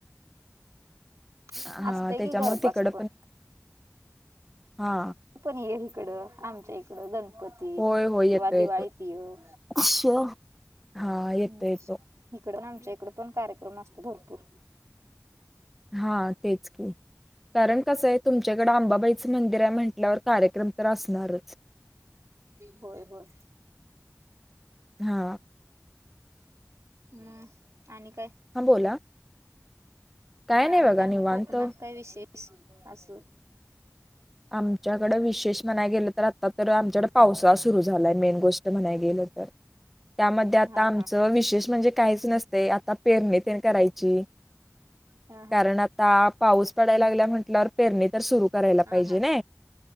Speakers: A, on the right (about 70°); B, in the centre.
A: रिकाम
B: हा
A: असतय
B: त्याच्यामुळे
A: की गरबाच
B: तिकड
A: पण
B: हा
A: पण हे इकड आमच्या इकड गणपतीत
B: होय होय
A: किंवा
B: येतो येतो
A: दिवाळीत येऊ
B: अच्छा. हा येतो
A: हम्म
B: येतो
A: इकड पण आमच्या इकड पण कार्यक्रम असतो भरपूर
B: हा तेच की कारण कसं आहे तुमच्याकडे आंबाबाईचं मंदिर आहे म्हटल्यावर कार्यक्रम तर असणारच
A: होय होय
B: हा
A: हम्म आणि काय
B: हा बोला
A: हा
B: नाही
A: आणि
B: बघा
A: काय
B: निवांत
A: मग कोकणात काय विशेष असू
B: आमच्याकडे विशेष म्हणाय गेलं तर आता तर आमच्याकड पावसाळा सुरू झालाय मेन गोष्ट म्हणाय गे त्यामध्ये आता
A: हा
B: आमच
A: हा
B: विशेष म्हणजे काहीच नसत आता पेरणी ते करायची
A: हा हा
B: कारण आता पाऊस पडायला लागला म्हंटल्यावर पेरणी तर सुरु करायला
A: हा
B: पाहिजे
A: हा
B: ना